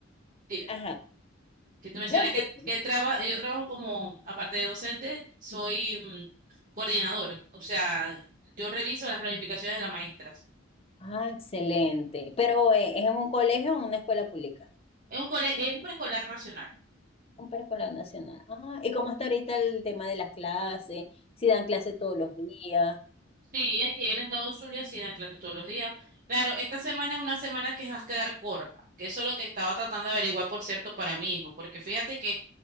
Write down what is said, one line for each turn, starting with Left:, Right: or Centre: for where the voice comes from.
Right: dime,
Left: ajá.
Right: que te mencioné
Left: No, en
Right: que,
Left: fin.
Right: que el traba- yo trabajo como, aparte de docente, soy mm, coordinador. O sea, yo reviso las planificaciones de las maestras.
Left: Ah, excelente. Pero eh, ¿es en un colegio o en una escuela pública?
Right: Es un cole- es un preescolar nacional.
Left: Un preescolar nacional. Ah, ¿y cómo está ahorita el tema de las clases? Si dan clases todos los días.
Right: Sí, aquí en el estado Zulia sí dan clases todos los días. Claro, esta semana es una semana que va a quedar corta, que eso es lo que estaba tratando de averiguar, por cierto, para mi hijo, porque fíjate que